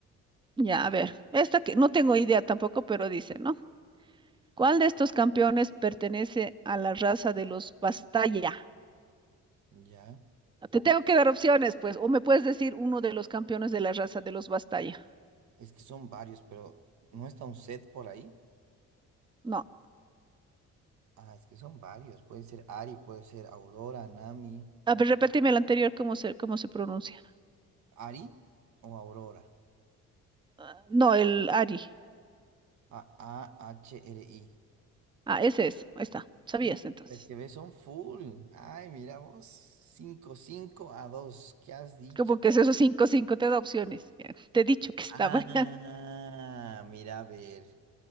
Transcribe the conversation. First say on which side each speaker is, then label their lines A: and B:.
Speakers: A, on the right (about 15°); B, on the right (about 70°).
A: ya, a ver. Esta que no tengo idea tampoco, pero dice, ¿no? ¿Cuál de estos campeones pertenece a la raza de los Bastaya?
B: Ya.
A: Te tengo que dar opciones, pues, o me puedes decir uno de los campeones de la raza de los Bastaya.
B: Es que son varios, pero ¿no está un set por ahí?
A: No.
B: Ah, es que son varios. Puede ser Ari, puede ser Aurora, Nami.
A: A ver, repíteme el anterior, ¿cómo se, cómo se pronuncia?
B: ¿Ari o Aurora?
A: Ah, No, el Ari.
B: A-A-H-R-I.
A: Ah, ese es. Ahí está. Sabías
B: Uh,
A: entonces.
B: Es que ves, son full. Ay, mira vos. cinco 5 a 2. ¿Qué has dicho?
A: Como que es esos cinco, cinco, te da opciones. Ya, Te he dicho que estaba
B: Ah,
A: <laughs> ya.
B: mira, a ver.